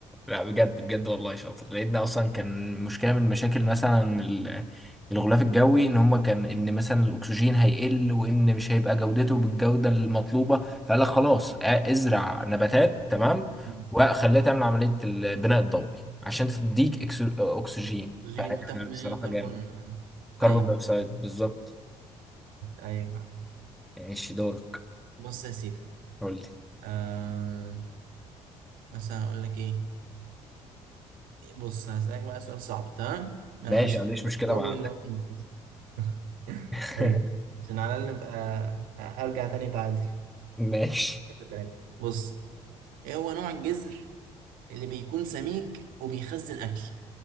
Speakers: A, in the centre; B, on the right.
A: لا بجد بجد والله شاطر لان اصلا كان مشكله من المشاكل مثلا ال- الغلاف الجوي ان هما كان ان مثلا الاكسجين هيقل وان مش هيبقى جودته بالجوده المطلوبه فقال لك خلاص ا- ازرع نباتات تمام
B: مم.
A: وخليها تعمل عمليه البناء الضوئي عشان تديك إكس- اكسجين
B: اكسجين
A: فبصراحه
B: وتاخد مننا كربون
A: جامد
B: آه،
A: كربون
B: ايوه
A: دايوكسيد بالظبط
B: ايوه
A: ماشي دورك
B: بص يا سيدي
A: قول لي
B: آه مثلا اقول لك ايه بص هسألك بقى سؤال صعب تمام انا
A: ماشي
B: مش
A: ما عنديش مشكله
B: هجاوبه
A: مع
B: الا وانت متخصص <laughs>
A: <laughs>
B: ايوه عشان على الاقل نبقى آه، ارجع تاني تعادل
A: ماشي
B: تلاتة. بص ايه هو نوع الجزر اللي بيكون سميك وبيخزن اكل